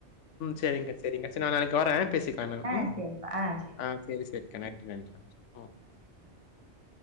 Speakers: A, on the left (about 85°); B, on the right (about 30°).
A: சேரிங்கா சேரிங்கா சேர் நா நாளைக்கி வரே பேசிக்கலா எல்லாமு
B: ஆ
A: ம்
B: சரிப்பா ஆ சரி
A: அ சேரி சேரி கனெக்ட் <unintelligible> ம்
B: <inaudible>